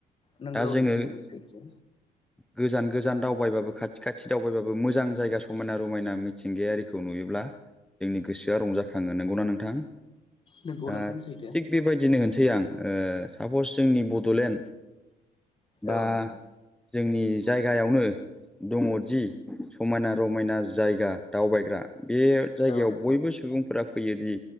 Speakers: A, on the left; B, in the centre.
A: नोंगौ
B: दा जोङो
A: नोंथांमोन सैथो
B: गोजान गोजान दावबायबाबो खाथि खाथि दावबायबाबो मोजां जायगा समायना रमायना मिथिंगायारिखौ नुयोब्ला जोंनि गोसोआ रंजाखङो नंगौना नोंथां
A: नंगौ
B: दा
A: नोंथां सैथो
B: थिग बेबायदिनो होनोसै आं ओ सापस जोंनि बड'लेण्ड बा
A: औ नोंथां‌।
B: जोंनि जायगायावनो दङदि समायना रमायना जायगा दावबायग्रा बे जायगायाव
A: औ नोंथां
B: बयबो सुबुंफोरा फैयोदि